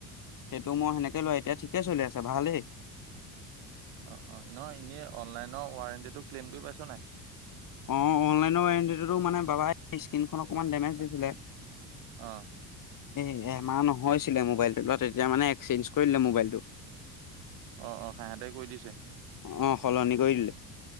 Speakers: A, on the left; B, on the right.
A: সেইটো মই সেনেকে লয় এতিয়া ঠিকে চলি আছে ভালেই।
B: অ অ নহ এনেই অনলাইনৰ ৱাৰেণ্টিটো ক্লেইম কৰি পাইছ নাই।
A: অ অনলাইনৰ ৱাৰেণ্টিটোত মানে বাবাই ইচকিনখন অকণমান ডেমেজ দিছিলে
B: অ
A: এ এমাহ নহয়ছিলে মোবাইলটো লোৱা তেতিয়া মানে এক্সেঞ্জ কৰিলে মোবাইলটো।
B: অ অ সিহঁতে কৰি দিছে।
A: অ সলনি কৰি দিলে।